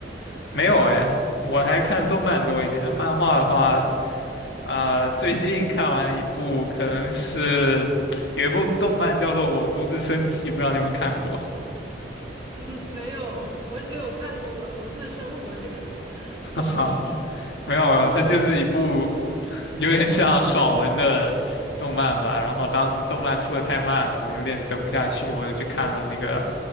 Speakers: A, on the left; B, on the right.
A: 没有哎，我还看动漫多一点，漫画的话，啊、最近看完一部，可能是有一部动漫叫做《我独自升级》，不知道你有没有看过？
B: 嗯，没有，我只有看过《我独自生活》这个 <laughs>
A: <laughs> 哈哈
B: 综艺。
A: 没有没有，它就是一部有点像爽文的动漫吧。然后当时动漫出的太慢了，我有点等不下去，我就去看了那个